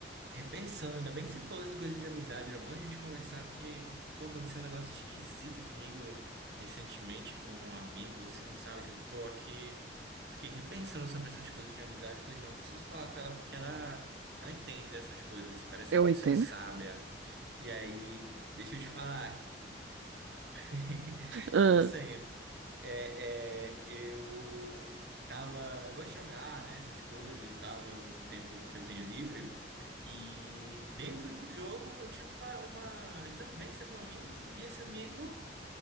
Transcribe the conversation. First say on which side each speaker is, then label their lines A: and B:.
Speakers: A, on the right; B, on the right.
A: repensando, ainda bem que você falou essa coisa de amizade, era bom a gente conversar, porque, pô, aconteceu um negócio esquisito comigo recentemente com um amigo, assim, sabe? Que eu tô aqui, fiquei repensando sobre essas coisas de amizade. Eu falei, não, eu preciso falar com ela porque ela, ela entende dessas coisas, assim, parece
B: Eu
A: ser uma pessoa
B: entendo.
A: sábia.
B: <laughs>
A: E aí, deixa eu te falar. <laughs>
B: Ah,
A: Como sempre, é, é, eu tava, eu gosto de jogar, né, essas coisas e tal, é um tempo que eu tenho livre, e dentro do jogo eu tive uma, uma desavença com um amigo, e esse amigo,